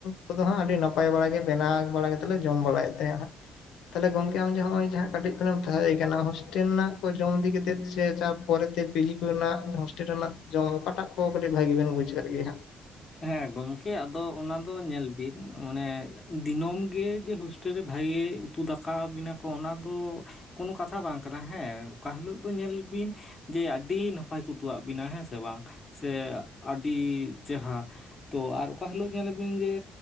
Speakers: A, on the left (about 80°); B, on the left (about 30°).
A: ᱠᱩ ᱫᱚ ᱦᱟᱸᱜ ᱟᱹᱰᱤ ᱱᱟᱯᱟᱭ ᱵᱟᱲᱟ ᱵᱮᱱᱟᱜᱽ ᱵᱟᱲᱟ ᱠᱟᱛᱮᱜ ᱞᱮ ᱡᱚᱢ ᱵᱟᱲᱟᱭᱮᱜ ᱛᱟᱦᱮᱫ ᱦᱟᱸᱜ ᱛᱟᱦᱚᱞᱮ ᱜᱚᱝᱠᱮ ᱟᱢ ᱡᱮ ᱦᱚᱸᱜ-ᱚᱚᱭ ᱡᱟᱦᱟᱸ ᱠᱟᱹᱴᱤᱡ ᱠᱷᱚᱱᱮᱢ ᱛᱟᱦᱮᱸᱭ ᱠᱟᱱᱟ ᱦᱳᱥᱴᱮᱞ ᱨᱮᱱᱟᱜ ᱠᱚ ᱡᱚᱢ ᱤᱫᱤ ᱠᱟᱛᱮᱫ ᱥᱮ ᱪᱟᱼᱼ ᱯᱚᱨᱮ ᱛᱮ ᱯᱤᱡᱤ ᱠᱚᱨᱮ ᱱᱟᱜ ᱦᱳᱥᱴᱮᱞ ᱨᱮᱱᱟᱜ ᱡᱚᱢ ᱚᱠᱟ ᱴᱟᱜ ᱠᱚ ᱠᱟᱹᱴᱤᱡ ᱵᱷᱟᱹᱜᱤ ᱵᱮᱱ ᱵᱩᱡᱷᱟᱹᱣᱮᱜ ᱜᱮᱭᱟ ᱦᱟᱸᱜ?
B: ᱦᱮᱸ ᱜᱚᱢᱠᱮ ᱟᱫᱚ ᱚᱱᱟ ᱫᱚ ᱧᱮᱞ ᱵᱤᱱ ᱢᱟᱱᱮ ᱫᱤᱱᱚᱢ ᱜᱮ ᱡᱮ ᱦᱩᱥᱼᱼ ᱴᱮᱞ ᱨᱮ ᱵᱷᱟᱹᱜᱤ ᱩᱛᱩ ᱫᱟᱠᱟᱣ ᱵᱤᱱᱟ ᱠᱚ ᱚᱱᱟ ᱫᱚᱼᱼ ᱠᱳᱱᱳ ᱠᱟᱛᱷᱟ ᱵᱟᱝ ᱠᱟᱱᱟ ᱦᱮᱸ ᱚᱠᱟ ᱦᱤᱞᱚᱜ ᱫᱚ ᱧᱮᱞ ᱵᱤᱱᱼᱼ ᱡᱮ ᱟᱹᱰᱤ ᱱᱟᱯᱟᱭ ᱠᱚ ᱩᱛᱩᱣᱟᱜ ᱵᱤᱱᱟ ᱦᱮᱸ ᱥᱮ ᱵᱟᱝ ᱥᱮ ᱟᱹᱰᱤ ᱪᱮᱨᱦᱟ᱾ ᱛᱚ ᱟᱨ ᱚᱠᱟ ᱦᱤᱞᱚᱜ ᱧᱮᱞ ᱵᱤᱱ ᱡᱮᱼᱼ